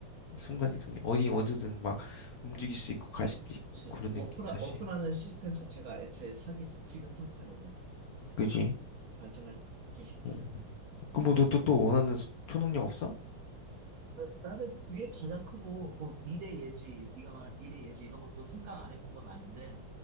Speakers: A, on the left; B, on the right.
A: 순간이동이 어디 어디든 막 움직일 수 있고 갈 수도 있고
B: 그치.
A: 그러는
B: 워프라,
A: 게 사실.
B: 워프라는 시스템 자체가 애초에 사기지. 지금 상태로는
A: 그지?
B: 발전하기 힘든.
A: 응. 그럼 뭐 너 또 또 원하는 소- 초능력 없어?
B: 어, 나는 그게 가장 크고, 뭐, 미래 예지, 네가 말한 미래 예지 이런 것도 생각 안 해본 건 아닌데,